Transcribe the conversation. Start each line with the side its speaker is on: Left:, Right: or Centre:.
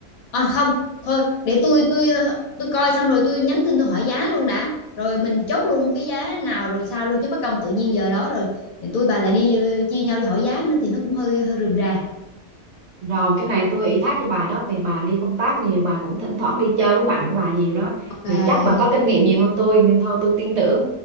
Left: À không, thôi để tôi tôi tôi coi xong rồi tôi nhắn tin tôi hỏi giá luôn đã. Rồi mình chốt luôn cái giá nào rồi sao luôn chứ mất công tự nhiên giờ đó rồi để tôi bà lại đi ờ, chia nhau đi hỏi giá nữa thì nó cũng hơi hơi rườm rà.
Right: Rồi cái này tôi ủy thác cho bà đó vì bà đi công tác nhiều bà cũng thỉnh thoảng đi chơi với bạn của bà nhiều đó
Left: Ok,
Right: thì chắc bà có kinh nghiệm nhiều hơn tôi nên thôi tôi tin tưởng